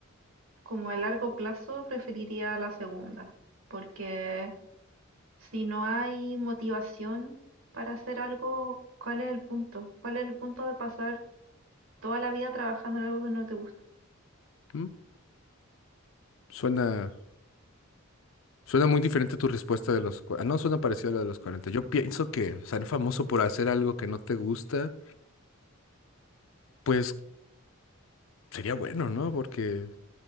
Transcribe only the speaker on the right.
como a largo plazo preferiría la segunda, porque si no hay motivación para hacer algo, ¿cuál es el punto? ¿Cuál es el punto de pasar toda la vida trabajando en algo que no te gusta?